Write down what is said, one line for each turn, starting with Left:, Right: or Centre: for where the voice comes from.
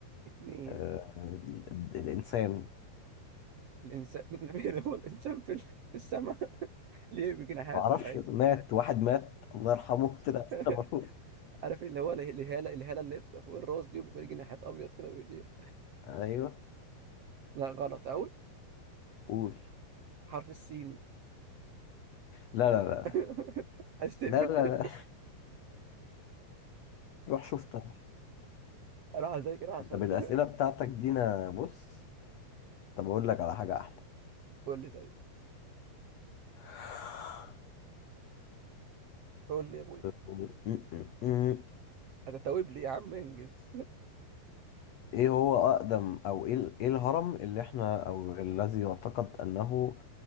Right: اتنين
Left: أه... ال- ال- الإنسان
Right: الانسان <laughs> النبي هو الانسان في ال- في السماء <laughs> ليه بجناحات
Left: معرفش
Right: ولا ايه
Left: مات واحد مات الله يرحمه <laughs> طلع
Right: <laughs>
Left: السما.
Right: عارف اللي هو اله- الهاله الهاله اللي بتبقى فوق الراس دي وبيبقى ليه جناحات ابيض كده وبيطير
Left: ايوه
Right: لا غلط اقول
Left: قول
Right: حرف السين
Left: لا لا لا
Right: <laughs> استقفل
Left: لا لا, لا.
Right: <laughs>
Left: <laughs> روح شوف طب
Right: اروح اذاكر احسن
Left: طب الأسئلة
Right: <laughs>
Left: بتاعتك دي أنا بص طب أقول لك على حاجة
Right: قول لي طيب
Left: أحلى
Right: قول لي يا ابويا
Left: م-م-م-م.
Right: هتتوب لي يا عم انجز
Left: ايه هو اقدم او ايه ال- ايه الهرم اللي احنا او الذي يعتقد انه